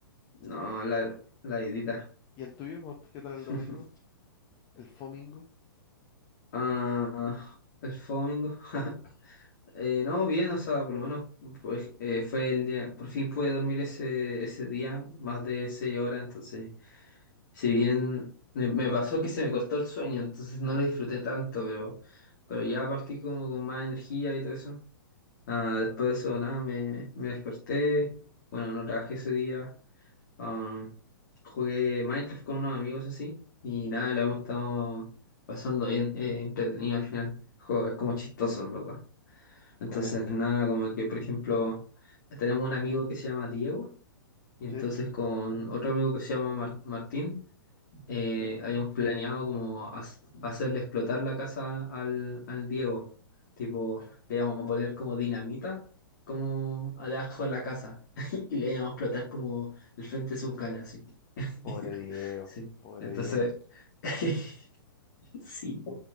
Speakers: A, on the left; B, on the left.
A: No, la,
B: ¿Y
A: la dietita.
B: y el tuyo? ¿Cómo- ¿Qué tal
A: <laughs>
B: el domingo? ¿El fomingo?
A: Ah, el domingo. <laughs> Eh, no, bien, o sea, por lo menos pues, eh, fue el día, por fin pude dormir ese, ese día, más de seis horas, entonces Si bien me, me pasó que se me cortó el sueño, entonces no lo disfruté tanto, pero, pero ya partí como con más energía y todo eso. Ah, después de eso, nada, me, me desperté. Bueno, no trabajé ese día. Ah, jugué Minecraft con unos amigos así. Y nada, lo hemos estado pasando bien, eh, entretenido al final. El juego es como chistoso, en verdad. Entonces,
B: Bueno, mira.
A: nada, como que, por ejemplo, tenemos un amigo que se llama Diego. Y
B: Sí,
A: entonces con otro amigo que se llama Mar- Martín eh,
B: entiendo.
A: habíamos planeado como hac- hacerle explotar la casa al, al Diego. Tipo, le íbamos a poner como dinamita, como debajo de la casa. <laughs> Y le íbamos a explotar como el frente de su cara, así. <laughs>
B: Pobre Diego,
A: Sí.
B: pobre
A: Entonces,
B: Diego.
A: <laughs> sí.